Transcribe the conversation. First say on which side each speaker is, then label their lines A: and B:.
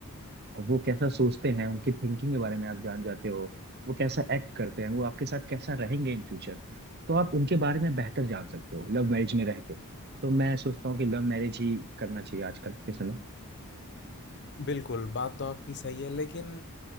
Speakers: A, on the right; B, on the left.
A: वो कैसा सोचते हैं उनकी थिंकिंग के बारे में आप जान जाते हो वो कैसा एक्ट करते हैं वो आपके साथ कैसा रहेंगे इन फ्यूचर तो आप उनके बारे में बेहतर जान सकते हो लव मैरिज में रह के तो मैं सोचता हूँ कि लव मैरिज ही करना चाहिए आजकल के समय
B: बिल्कुल बात तो आपकी सही है लेकिन